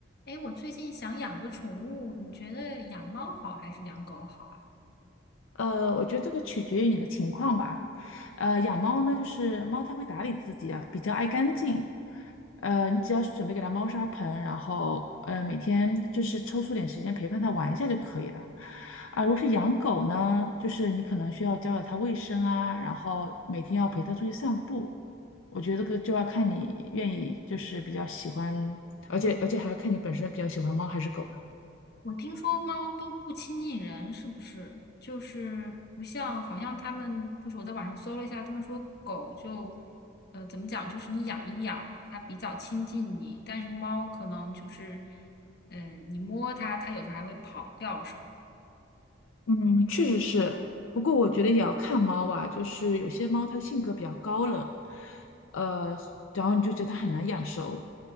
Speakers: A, on the left; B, on the left.
A: 哎，我最近想养个宠物，你觉得养猫好还是养狗好啊？
B: 呃，我觉得这个取决于你的情况吧。呃，养猫呢，就是猫它会打理自己啊，比较爱干净。呃，你只要准备给它猫砂盆，然后呃每天就是抽出点时间陪伴它玩一下就可以了。啊，如果是养狗呢，就是你可能需要教导它卫生啊，然后每天要陪它出去散步。我觉得这个就要看你愿意，就是比较喜欢，而且而且还要看你本身比较喜欢猫还是狗。
A: 我听说猫都不亲近人，是不是？就是不像，好像他们，就是我在网上搜了一下，他们说狗就，呃，怎么讲，就是你养一养，它比较亲近你，但是猫可能就是，嗯、你摸它，它有时候还会跑掉什么的。
B: 嗯，确实是，不过我觉得也要看猫吧，就是有些猫它性格比较高冷，呃，然后你就觉得它很难养熟，